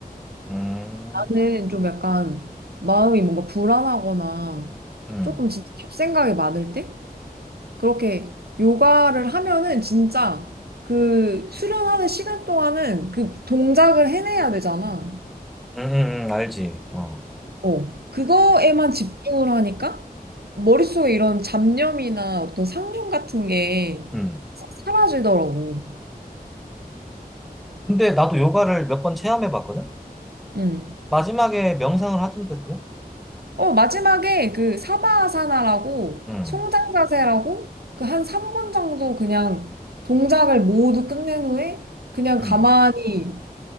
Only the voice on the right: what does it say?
나는 좀 약간 마음이 뭔가 불안하거나
조금
진짜 잡생각이 많을 때 그렇게 요가를 하면은 진짜 그 수련하는 시간 동안은 그 동작을 해내야 되잖아.
어, 그거에만 집중을 하니까 머릿속에 이런 잡념이나 어떤 상념 같은 게
사- 사라지더라고.
응.
어, 마지막에 그 사바아사나라고
송장자세라고 그 한 3분 정도 그냥 동작을 모두 끝낸 후에 그냥
가만히,